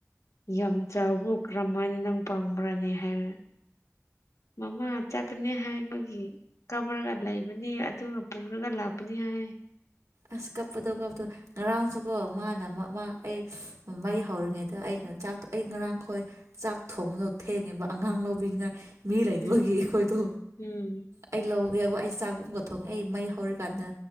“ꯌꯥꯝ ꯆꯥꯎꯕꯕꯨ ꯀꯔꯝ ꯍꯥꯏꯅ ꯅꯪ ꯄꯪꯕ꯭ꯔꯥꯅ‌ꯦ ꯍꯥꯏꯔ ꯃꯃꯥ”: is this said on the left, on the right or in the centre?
Left